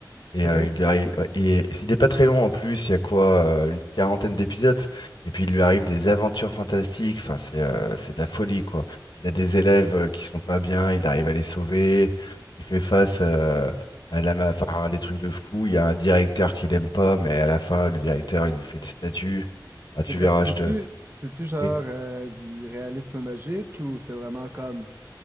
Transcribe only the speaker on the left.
Et
euh, il lui arrive, ouais, et il n'est pas très long en plus, il y a quoi, euh, une quarantaine d'épisodes, et puis il lui arrive des aventures fantastiques, enfin c'est euh, c'est de la folie quoi. Il a des élèves euh, qui sont pas bien, il arrive à les sauver, il fait face euh, à la, ma- enfin, à des trucs de fou, il y a un directeur qu'il aime pas, mais à la fin le directeur il lui fait une statue. Ah, tu
verras,
je te.
Oui.